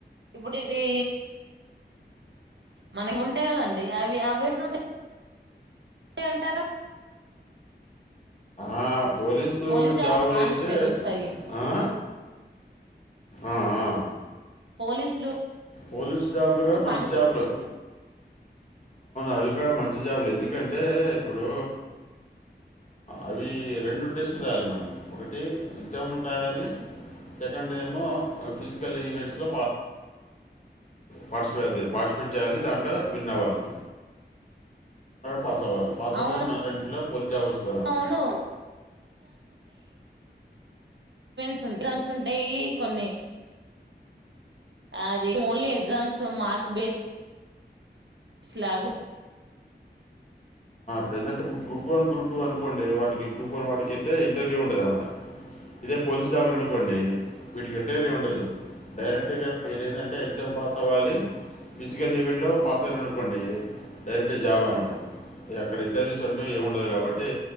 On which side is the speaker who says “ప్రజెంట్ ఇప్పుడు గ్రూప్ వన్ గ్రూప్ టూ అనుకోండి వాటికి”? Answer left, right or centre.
Left